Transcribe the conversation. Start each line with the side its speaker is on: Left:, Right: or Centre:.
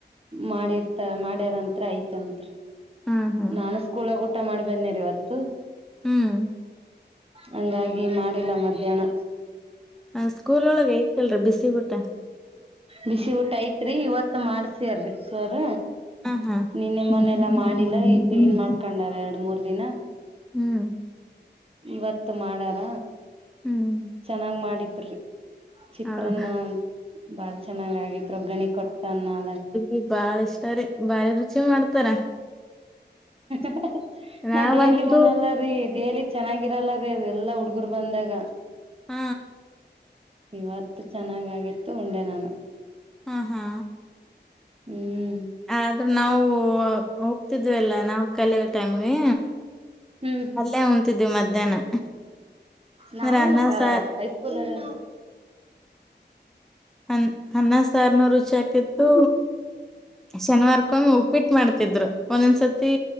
Right: ಮಾಡಿರ್ತ ಮಾಡ್ಯಾರಂತ್ ಆಯ್ತಂತ್
Centre: ಹಾ ಹಾ
Right: ನಾನು ಸ್ಕೂಲಾಗ ಊಟ ಮಾಡಿ ಬಂದೆರಿ ಇವತ್ತು
Centre: ಹ್ಮ್
Right: ಹಂಗಾಗಿ ಮಾಡಿಲ್ಲ ಮಧ್ಯಾಹ್ನ
Centre: ಆ ಸ್ಕೂಲ್ ಒಳಗ ಐತಿಲ್ರರಿ ಬಿಸಿ ಊಟ.
Right: ಬಿಸಿ ಊಟ ಐತ್ರಿ ಇವತ್ತ ಮಾಡ್ಸ್ಯಾರಿ ಸರ್.
Centre: ಹಾ ಹಾ
Right: ನಿನ್ನೆ ಮೊನೆೆಲ್ಲಾ
Centre: ಹ್ಮ್
Right: ಮಾಡಿಲ್ಲ ಈ ಕ್ಲೀನ್ ಮಾಡ್ಕೊಂಡಾರ ಎರಡ್ ಮೂರ್ ದಿನ.
Centre: ಹ್ಮ್.
Right: ಇವತ್ ಮಾಡಾರ
Centre: ಹ್ಮ್
Right: ಚೆನ್ನಾಗ್ ಮಾಡಿದ್ರಿ. ಚಿತ್ರಾನ್ನ
Centre: ಹೌದಾ
Right: ಬಾರಿ ಚೆನ್ನಾಗ ಆಗಿತ್ತ ವಗ್ಗರಣಿ ಕೊಟ್ಟ ಅನ್ನ
Centre: ಈ ಬಾಳ ಇಷ್ಟಾರಿ ಬಾರಿ ರುಚಿ ಮಾಡ್ತಾರ.
Right: <inaudible>
Centre: ನಾವಂತೂ
Right: ನಾ ಡೇಲಿ ಉಣಲ್ಲರಿ ಡೇಲಿ ಚೆನ್ನಾಗಿರಲ್ಲರಿ ಅದ ಎಲ್ಲಾ ಹುಡ್ಗರ್ ಬಂದಾಗ.
Centre: ಹ್ಮ.
Right: ಇವತ್ತು ಚೆನ್ನಾಗಾಗಿತ್ತು ಉಂಡೆ ನಾನು.
Centre: ಹಾ ಹಾ.
Right: ಹ್ಮ್.
Centre: ಆದ್ರೆ ನಾವು ಹೋಗ್ತಿದ್ವಿಲ್ಲ ನಾವು ಕಲಿಯೋ ಟೈಮ್ಗೆ
Right: ಹ್ಮ್.
Centre: ಅಲ್ಲೇ ಉನ್ನತಿದ್ವಿ ಮಧ್ಯಾಹ್ನ.
Right: ನಾವೇನ್
Centre: ಅಂದ್ರ ಅನ್ನ ಸಾರ್
Right: ಹೈಸ್ಕೂಲ್ ಅಲ್ಲಿ
Centre: ಅ ಅನ್ನ ಸಾರ್ ನೂ ರುಚಿ ಆಗ್ತಿತ್ತು ಶನಿವಾರಕೊಮ್ಮೆ ಉಪ್ಪಿಟ್ಟು ಮಾಡ್ತಿರ. ತಿದ್ರ ಒಂದೊಂದ್ಸತಿ